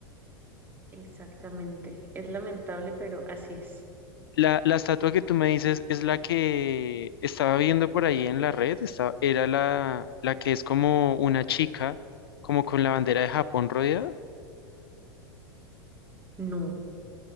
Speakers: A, on the right; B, on the left.
A: Exactamente. Es lamentable, pero así es.
B: La, la estatua que tú me dices es la que estaba viendo por ahí en la red, esta- era la, la que es como una chica, como con la bandera de Japón rodeada.
A: No,